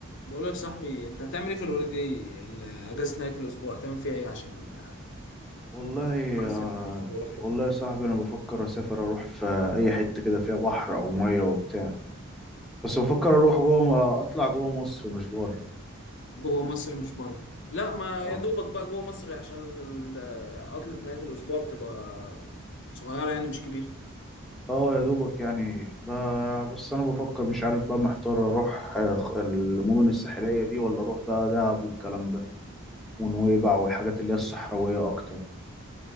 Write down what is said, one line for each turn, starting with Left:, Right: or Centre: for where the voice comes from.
Left: بقول لك صاحبي انت هتعمل ايه في الهوليداي ال- اجازه نهايه الاسبوع هتعمل فيها ايه عشان
Centre: والله
Left: بكره اسافر
Centre: آه،
Left: كده واروح حته
Centre: والله يا صاحبي انا بفكر اسافر اروح في اي حته كده فيها بحر او ميه وبتاع بس بفكر اروح جوه اطلع جوه مصر مش بره
Left: جوه مصر مش بره لا ما
Centre: اه
Left: يا دوبك بقى جوه مصر عشان ال- عطله نهايه الاسبوع بتبقى صغيره يعني مش كبيره
Centre: اه يا دوبك يعني ب... بس انا بفكر مش عارف بقى محتار اروح آه، خ- المدن الساحليه دي ولا اروح بقى دهب والكلام ده ونويبع والحاجات اللي هي الصحراويه اكتر دي.